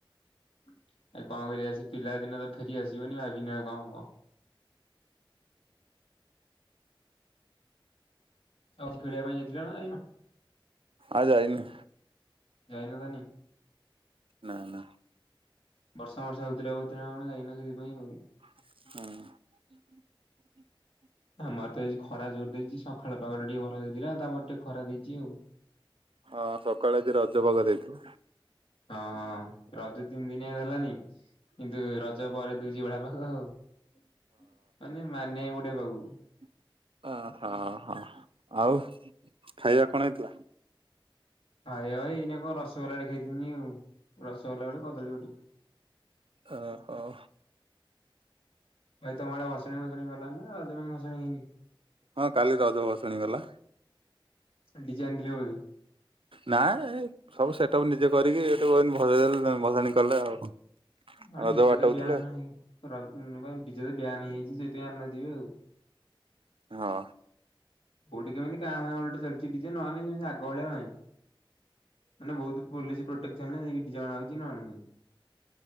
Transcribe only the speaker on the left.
<inaudible> ଏ କଣ କରିବା। ସେ ପିଲା ଦିନ ତ ଫେରି ଆସିବନି ଭାବିନି ଆଉ କଣ ହବ। ଆଉ ଖେଳିବା ପାଇଁ ଯାଇଥିଲ ନା ଯାଇନ?
ଯାଇନ ତାନି
ବର୍ଷା ଫର୍ଷା ହଉଥିଲା ବୋଧେ ନା କଣ? ଯାଇନ ସେଥିପାଇଁ ଆଉ
ଆମର ତ ଏଜି ଖରା ଜୋର ଦେଇଛି। ସଖାଳ ପାଗଟା ଟିକେ ଭଲ ଦେଇଥିଲା। ତାପରେ ଟିକେ ଖରା ଦେଇଛି ଆଉ
ହଁ ହଁ ରଜ ତିନି ଦିନିଆ ହେଲାଣି। କିନ୍ତୁ ରଜ ପରେ ଦଉଛି ବଢିଆ ପାଗ ଆଉ। <inaudible> ମାନେ ମାନିବାକୁ ପଡିବ ତାକୁ।
ଖାଇବା ଭାଇ ଏଇନା କଣ ରସଗୋଲା ଟେ ଖାଇଥିନି ଆଉ। ରସଗୋଲା ଗଟେ, କଦଳୀ ଗୋଟେ।
ଭାଇ ତମ ଆଡେ ଘସାଣି ଭସଣି ଗଲା ନା ରଜ ପାଇଁ ଭସଣି ହେଇନି?
<unintelligible>
ହଁ
ଡିଜେ
ତ ବୟାନ କ ଡିଜେ ତ ବୟାନ ହେଇଯାଇଛି ସେଇଥିପାଇଁ ଆଣିିନଥିବେ ଆଉ।
କଉଠିକ କେମତି କାହା <unintelligible> ନାଇଁ ସେମତି ଆଗ ଭଳିଆ ନାଇଁ। ମାନେ ବହୁତ ପୋଲିସ ପ୍ରୋଟେକ୍ସନ ରେ ଡିଜେ ଅଣା ହଉଛି ନହେଲ ନାହିଁ।